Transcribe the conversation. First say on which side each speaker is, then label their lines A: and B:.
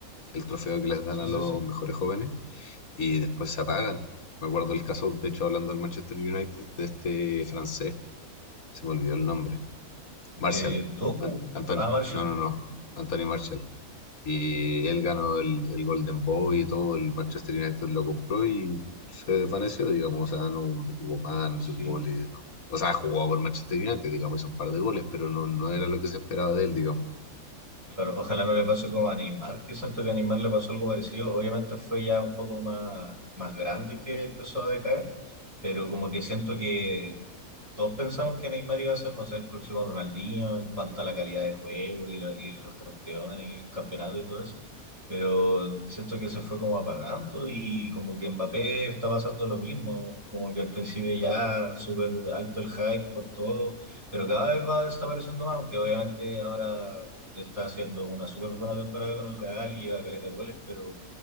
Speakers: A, on the left (about 70°); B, on the right (about 20°).
A: el trofeo que les dan
B: Sí,
A: a
B: sí,
A: los
B: sí.
A: mejores jóvenes, y después se apagan. Me acuerdo el caso, de hecho, hablando del Manchester United, de este francés, se me olvidó el nombre, Martial,
B: Eh, Doku,
A: An- Anton,
B: ah, Marshall,
A: no, no, no, Anthony Martial, y él ganó el, el Golden Boy y todo, el Manchester United lo compró y se desvaneció, digamos, o sea, no, no jugó más, no
B: sí,
A: hizo goles, no. O sea, jugó por Manchester United, digamos, hizo un par de goles, pero no, no era lo que se esperaba de él, digamos.
B: claro. Ojalá no le pase como a Neymar, que siento que a Neymar le pasó algo parecido. Obviamente fue ya un poco más, más grande que empezó a decaer, pero como que siento que Todos pensamos que Neymar iba a ser, no sé, el próximo Ronaldinho en cuanto a la calidad de juego y, lo- y los campeones, y campeonatos y todo eso, pero siento que se fue como apagando y como que Mbappé está pasando lo mismo, como que al principio ya súper alto el hype por todo, pero cada vez va desapareciendo más, aunque obviamente ahora está haciendo una súper buena temporada con el Real y lleva caleta de goles, pero...